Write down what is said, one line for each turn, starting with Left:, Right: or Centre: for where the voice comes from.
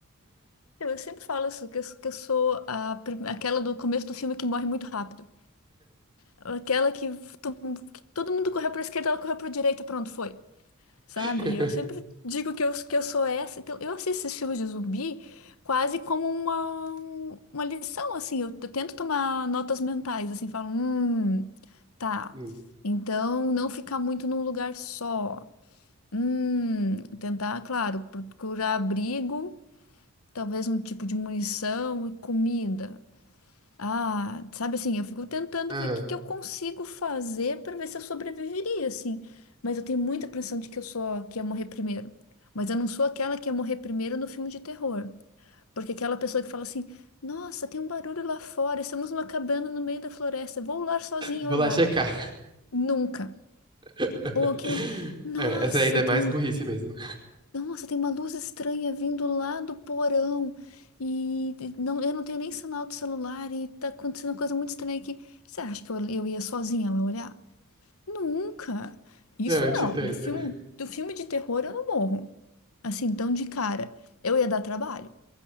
Left: Eu sempre falo isso, que eu, que eu sou a prim- aquela do começo do filme que morre muito rápido. Aquela que, to- que todo mundo correu pra esquerda, ela correu pra direita, pronto, foi. Sabe?
Right: <laughs>
Left: Eu sempre digo que eu, que eu sou essa. Então, eu assisto esses filmes de zumbi quase como uma, uma lição, assim. Eu, eu tento tomar notas mentais, assim, falo, hum, tá.
Right: Hum,
Left: Então, não ficar muito num lugar só. Hum, tentar, claro, procurar abrigo, talvez um tipo de munição e comida. Ah, sabe assim, eu fico tentando
Right: aham.
Left: ver o que que eu consigo fazer para ver se eu sobreviveria, assim. Mas eu tenho muita impressão de que eu sou a que ia morrer primeiro. Mas eu não sou aquela que ia morrer primeiro no filme de terror. Porque aquela pessoa que fala assim: Nossa, tem um barulho lá fora, estamos numa cabana no meio da floresta, vou lá sozinha
Right: Vou
Left: olhar.
Right: lá checar.
Left: Nunca.
Right: <laughs>
Left: Ou aquela: Nossa,
Right: É, essa ainda é mais
Left: tem um
Right: burrice mesmo.
Left: nossa, tem uma luz estranha vindo lá do porão e não, eu não tenho nem sinal do celular e tá acontecendo uma coisa muito estranha aqui. Você acha que eu, eu ia sozinha lá olhar? Nunca. Isso
Right: Não, eu te
Left: não.
Right: entendo.
Left: Do filme, do filme de terror eu não morro. Assim, tão de cara. Eu ia dar trabalho.